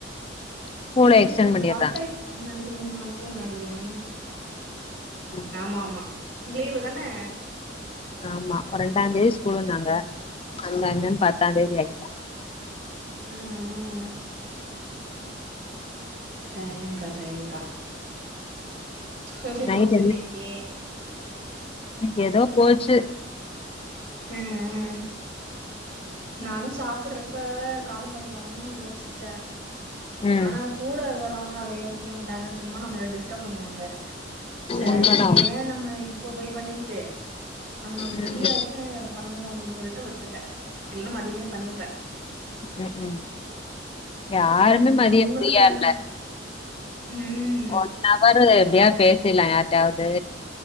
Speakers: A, on the left (about 30°); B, on the right (about 65°).
A: ஸ்கூல
B: இல்லக்கா
A: எக்ஸ்டென் பண்ணிறாங்க
B: ஸ்டார்ட் ஆயிடுச்சு முன்னாடி மூணு மாசத்துக்கு முன்னாடியா
A: ம்
B: மாமா லீவு தானே
A: ஆமா ரெண்டாந்தேதி ஸ்கூலுன்னாங்க
B: ம்
A: அந்தா இந்தானு பத்தாந்தேதி ஆக்கி
B: ம் ம் சரிங்க்கா சரிங்க்கா எப்படி
A: நைட்
B: போச்சு இன்னைக்கி
A: க்கி ஏதோ போச்சு
B: ம் ம் நானு சாப்பிடுறப்ப கால் பண்ணலானும்னு யோசிச்சே
A: ம்
B: ஆனா கூட வர்றவுங்க அத யோசிக்க மாட்டாங்க சும்மா நம்மள டிஸ்டர்ப் பண்ணுவாங்க சரி
A: உண்மதா
B: ஏன் நம்ம இப்ப போய் பண்ணிகிட்டு நம்ம ஃப்ரீயா
A: ம்
B: ட்டு இத பண்ணுவோ அப்டின்னு சொல்லிட்டு விட்டுட்டே இல்லேனா மதியமே பண்ணிருப்பே
A: ம் ம் யாருமே
B: ம்
A: மதியாதையா
B: உங்களுக்கு லன்ச்
A: இல்ல
B: ம்
A: ஒன் அவரு எப்படியாது பேசிடலாம் யார்ட்டையாவது